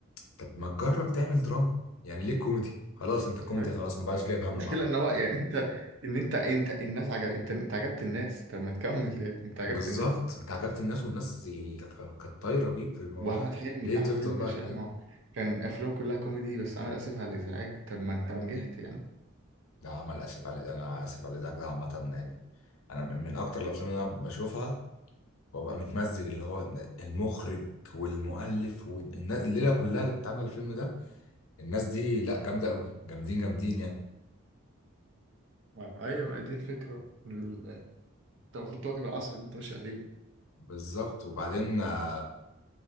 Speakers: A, on the left (about 75°); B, on the right (about 55°).
A: طب ما تجرب تعمل دراما يعني ليه كوميدي خلاص انت كوميدي
B: أي
A: خلاص ما بقاش جايب همه
B: المشكلة
A: معاك
B: إن هو يعني أنت إن أنت أنت الناس عجب أنت أنت عجبت الناس طب ما تكمل يعني أنت عجبت
A: بالظبط
B: الناس
A: انت عجبت الناس والناس يعني ك- كانت طايره بيك في الموضوع
B: واحمد
A: ده
B: حلمي
A: ليه
B: احمد
A: تفضل
B: حلمي
A: بقى
B: ماشي
A: كده
B: يا عم هو كان افلامه كلها كوميدي بس عامل اسف على الازعاج طب ما انت نجحت يا عم
A: ده عمل اسف على انا اسف على ذاك ده عامه يعني انا من من اكتر الافلام اللي انا بشوفها وابقى متمزج اللي هو المخرج والمؤلف والناس الليله كلها اللي كانت عامله الفيلم ده الناس دي لا جامدة قوي جامدين جامدين يعني
B: ما- ايوه ما هي دي الفكره ال- انت المفروض تواكب العصر اللي انت ماشي عليه
A: بالظبط وبعدين آه،